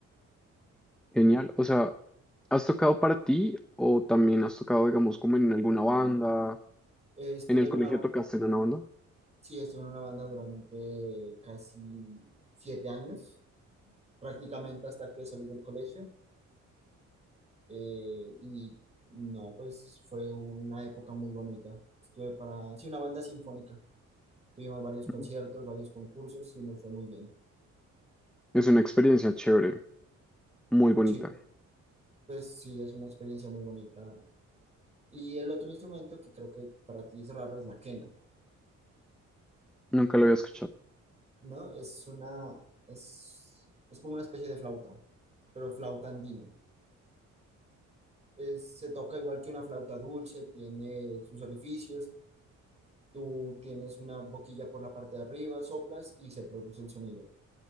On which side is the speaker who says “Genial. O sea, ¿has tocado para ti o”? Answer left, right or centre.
Centre